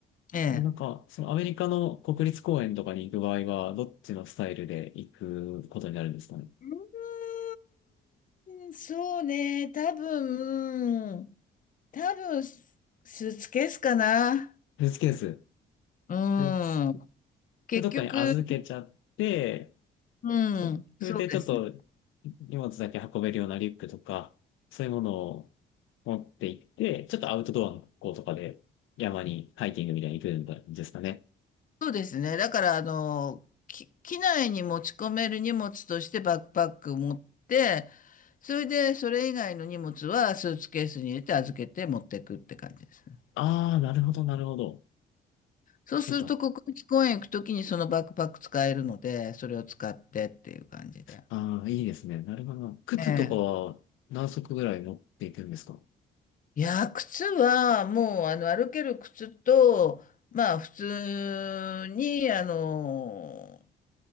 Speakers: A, on the left (about 40°); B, on the left (about 85°).
A: ええ。
B: なんか、そのアメリカの国立公園とかに行く場合は、どっちのスタイルで行くことになるんですかね。
A: うーん、そうね、多分、多分、ススーツケースかな。
B: スーツケース。
A: う
B: スーツ
A: ん。結局、
B: でどっかに預けちゃって、
A: うん、
B: それでちょっと
A: そうですね。
B: 荷物だけ運べるようなリュックとか、そういうものを持って行って、ちょっとアウトドアの学校とかで山にハイキングみたいに行くんですかね。
A: そうですね。だから、あの、き機内に持ち込める荷物としてバックパック持って、それで、それ以外の荷物はスーツケースに入れて預けて持っていくって感じですね。
B: ああ、なるほど、なるほど。
A: そうすると、
B: なんか、
A: 国立公園行くときにそのバックパック使えるので、それを使ってっていう感じで。
B: ああ、いいですね。なるほど。靴とかは何足ぐらい持っていくんですか
A: ええいやー、靴はもうあの歩ける靴と、まあ普通に、あの